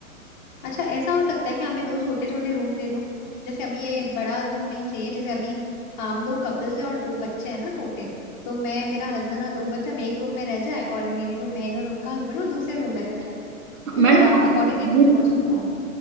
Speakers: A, on the left; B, on the right.
A: अच्छा ऐसा हो सकता है कि हमें दो छोटे छोटे रूम दे दो जैसे अभी ये बड़ा रूम नहीं चाहिए जैसे अभी हम दो कपल्स है और दो बच्चे हैं ना छोटे तो मैं मेरा हस्बैंड और दो बच्चे हम एक रूम में रह जाए और मेरी जो बहन और उनका हस्बैंड वो दूसरे रूम में रह जाए
B: हम्म।
A: तो
B: मैडम
A: फिर आप
B: वो
A: अकॉर्डिंगली मेरे को
B: room-
A: कॉस्ट बताओ